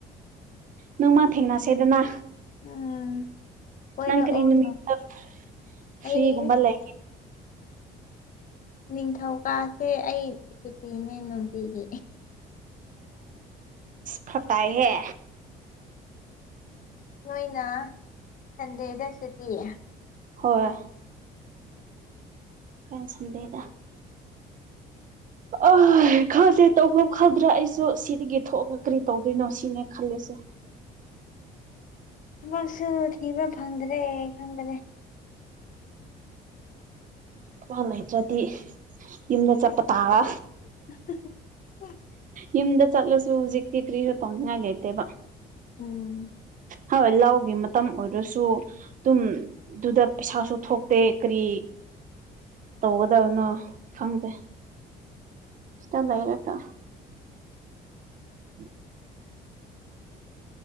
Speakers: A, on the right; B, on the left.
A: ꯅꯪ ꯃꯥ ꯊꯦꯡꯅꯁꯦꯗꯅ
B: ꯎꯝ ꯀꯣꯏꯔꯛꯑꯣ
A: ꯅꯪ ꯀꯔꯤ ꯏ
B: ꯅꯣꯡ
A: ꯁ꯭ꯔꯤꯒꯨꯝꯕꯜꯂ
B: ꯑꯩ ꯅꯤꯡꯊꯧꯀꯥꯁꯦ ꯑꯩ ꯁꯨꯇꯤꯅꯦ ꯅꯨꯡꯇꯤꯒꯤ
A: ꯐꯇꯥꯏꯍꯦ
B: ꯅꯣꯏꯅ ꯁꯟꯗꯦꯗꯁꯨꯇꯤꯌꯦ
A: ꯍꯣꯏ ꯀꯣꯏ ꯁꯗꯦꯗ ꯑ ꯈꯗꯦ ꯇꯧꯐ ꯈꯗ꯭ꯔꯥ ꯑꯩꯁꯨ ꯁꯤꯗꯒꯤ ꯊꯣꯛꯑꯒ ꯀꯔꯤ ꯇꯧꯗꯣꯏꯅꯣ ꯁꯤꯅꯦ ꯈꯜꯂꯁꯦ <unintelligible>
B: ꯊꯕꯛꯁꯨ ꯊꯤꯕ ꯐꯪꯗ꯭ꯔꯦ ꯈꯪꯗ꯭ꯔꯦ
A: ꯊꯥ ꯂꯩꯩꯇ꯭ꯔꯗꯤ ꯌꯨꯝꯗ ꯆꯠꯄ ꯇꯥꯕ
B: <unintelligible>
A: ꯌꯨꯝꯗ ꯆꯠꯂꯁꯨ ꯍꯧꯖꯤꯛꯇꯤ ꯀ꯭ꯔꯤꯁꯨ ꯇꯧꯅꯤꯡꯉꯥꯏ ꯂꯩꯇꯦꯕ
B: ꯎꯝ
A: ꯍꯣꯏ ꯂꯥꯎꯒꯤ ꯃꯇꯝ ꯑꯣꯏꯔꯁꯨ ꯑꯗꯨꯝ ꯑꯗꯨꯗ ꯄꯩꯁꯥꯁꯨ ꯊꯣꯛꯇꯦ ꯀꯔꯤ ꯇ ꯑꯣꯗꯅꯣ ꯐꯪꯗ ꯁꯤ ꯂꯩꯔꯀ ꯎꯝ